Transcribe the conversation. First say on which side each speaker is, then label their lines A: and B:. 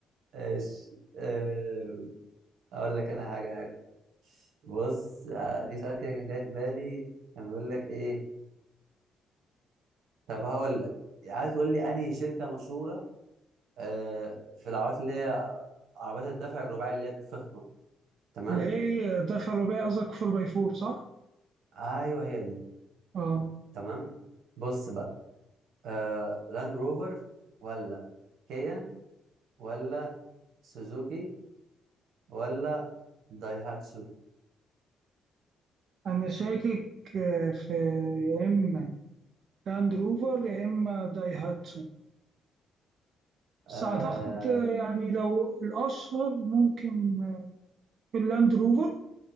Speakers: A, on the right (about 75°); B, on the right (about 60°).
A: ايش أم، اقول لك انا حاجة حلوة بص آه، في سؤال كده كان جاي في بالي كان بيقول لك ايه طب هقول لك عايز تقول لي انهي شركة مشهورة آه، في العربيات اللي هي عربيات الدفع الرباعي اللي هي الفخمة تمام
B: اللي هي الدفع الرباعي قصدك 4 باي 4 صح؟
A: ايوه هي دي
B: اه
A: تمام بص بقى آه لاند روفر ولا كيا ولا سوزوكي ولا دايهاتسو
B: انا شاكك آه، في يا اما لاند روفر يا اما دايهاتسو
A: آه
B: بس أعتقد يعني لو الأشهر ممكن اللاند روفر